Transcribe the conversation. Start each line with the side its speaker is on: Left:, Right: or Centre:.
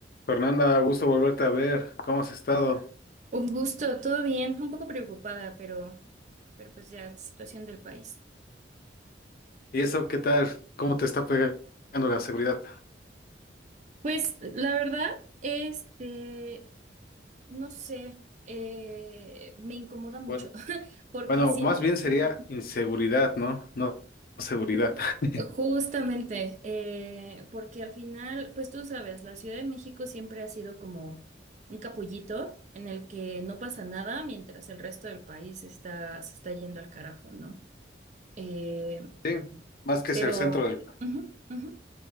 Left: Fernanda, gusto volverte a ver. ¿Cómo has estado?
Right: Un gusto, todo bien, un poco preocupada, pero, pero pues ya la situación del país.
Left: ¿Y eso qué tal? ¿Cómo te está pegando la seguridad?
Right: Pues la verdad, este, no sé, eh, me incomoda mucho,
Left: Bueno,
Right: <laughs> porque
Left: bueno,
Right: siento
Left: más bien
Right: que
Left: sería inseguridad, ¿no? No seguridad. <laughs>
Right: justamente, eh, porque al final, pues tú sabes, la Ciudad de México siempre ha sido como un capullito en el que no pasa nada mientras el resto del país está, se está yendo al carajo, ¿no? Eh,
Left: Sí, más que
Right: pero,
Left: es el centro del...
Right: ujú, ujú,